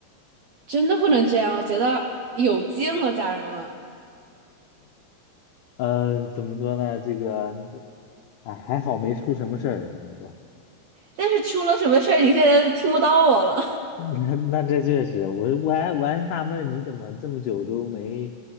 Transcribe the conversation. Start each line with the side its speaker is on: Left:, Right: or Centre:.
Right: 真的不能这样，我觉得有劲了，家人们。
Left: 嗯，怎么说呢？这个，哎，还好没出什么事儿，只能说。
Right: 但是出了什么事儿，你现在就听不到我了。
Left: <laughs> 那那这确实，我我还我还纳闷儿你怎么这么久都没